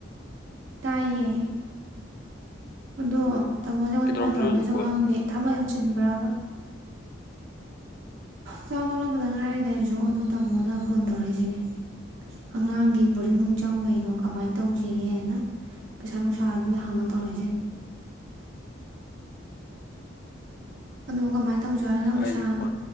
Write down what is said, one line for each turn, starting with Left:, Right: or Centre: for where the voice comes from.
Right: ꯇꯥꯏꯌꯦ ꯑꯗꯣ
Left: ꯎꯝ
Right: ꯇꯥꯃꯣꯅ ꯍꫭꯔꯦꯟ
Left: ꯀꯩꯗꯧꯔꯝꯃꯤꯅꯣ
Right: ꯐꯣꯟ ꯇꯧꯔꯛꯅꯤꯁꯨ
Left: ꯍꯧꯖꯤꯛꯄꯣ
Right: ꯈꯪꯗꯦ ꯊꯕꯛ ꯌꯥꯝ ꯆꯤꯟꯕ꯭ꯔꯕ ꯆꯥꯛ ꯊꯣꯛꯂꯛꯄꯗ ꯉꯥꯏꯔꯤꯗ ꯑꯩꯁꯨ ꯑꯗꯨ ꯇꯃꯣꯅ ꯐꯣꯟ ꯇꯧꯔꯛꯏꯁꯤꯅꯦ ꯑꯉꯥꯡꯒꯤ ꯕꫭꯔꯗꯤꯡ ꯅꯨꯡ ꯆꯪꯕꯩꯩꯗꫭ ꯀꯃꯥꯏ ꯇꯧꯁꯤꯒꯦꯅ ꯄꯩꯁꯥ ꯅꯨꯡꯁꯥ ꯒꯤꯅꯦ ꯍꯡꯉ ꯇꯧꯔꯛꯏꯁꯦ ꯑꯗꫭ ꯀꯃꯥꯏ ꯇꯧꯖꯦ ꯍꯥꯏꯅꫭ
Left: ꯑꯩꯁꯨ
Right: ꯄꯩꯁꯥ
Left: ꯐꯣꯟ